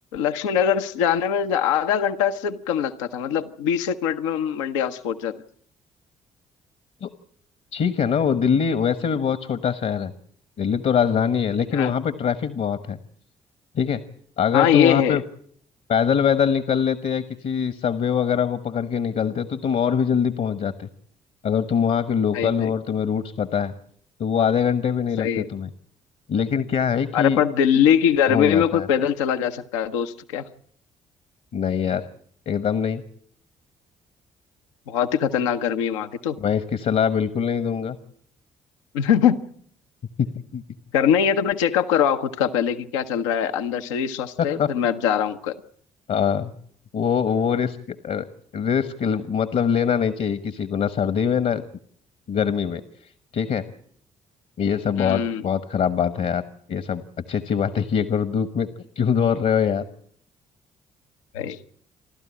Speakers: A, on the left (about 80°); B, on the left (about 55°).
A: लक्ष्मी नगर से जाने में आधा घंटा से कम लगता था मतलब बीस एक मिनट में हम मंडी हाउस पहुंच जाते थे
B: तो ठीक है ना वो दिल्ली वैसे भी बहुत छोटा शहर है दिल्ली तो राजधानी है लेकिन
A: हाँ
B: वहाँ पे ट्रैफिक बहुत है ठीक है अगर
A: हाँ ये
B: तुम वहाँ
A: है
B: पे पैदल वैदल निकल लेते या किसी सबवे वगैरह को पकड़ के निकलते तो तुम और भी जल्दी पहुंच जाते अगर तुम वहाँ के लोकल
A: सही सही
B: हो और तुम्हें रूट्स पता है तो वो आधे घंटे भी नहीं
A: सही
B: लगते
A: है
B: तुम्हें लेकिन क्या है कि
A: अरे पर दिल्ली की गर्मी
B: हो जाता
A: में कोई
B: है
A: पैदल चला जा सकता है दोस्त क्या
B: नहीं यार एकदम नहीं
A: बहुत ही खतरनाक गर्मी है वहां की तो
B: मैं इसकी सलाह बिल्कुल नहीं दूंगा
A: <laughs>
B: <laughs>
A: करना ही है तो अपने चेकअप करवाओ खुद का पहले कि क्या चल रहा है अंदर शरीर स्वस्थ
B: हाँ
A: है फिर मैं अब जा रहा हूँ कर
B: हाँ, वो वो रिस्क रिस्क मतलब लेना नहीं चाहिए किसी को ना सर्दी में ना गर्मी में ठीक है ये सब बहुत
A: हम्म
B: बहुत खराब बात है यार ये सब अच्छी अच्छी बातें किए करो धूप में क्यों दौड़ रहे हो यार
A: सही